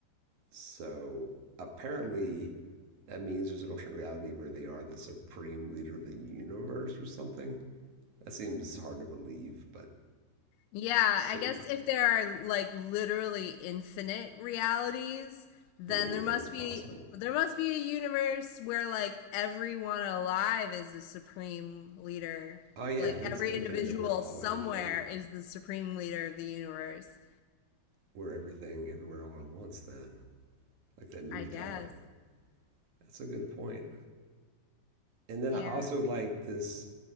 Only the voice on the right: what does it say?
So apparently, that means there's an alternate reality where they are the supreme leader of the universe or something. That seems hard to believe, but
so
<laughs>
then anything
is possible.
Oh yeah,
if it's
infinite,
then we're all
everything.
We're everything, everywhere, all at once. Then, like that movie
title. That's a good point. And then
I also like this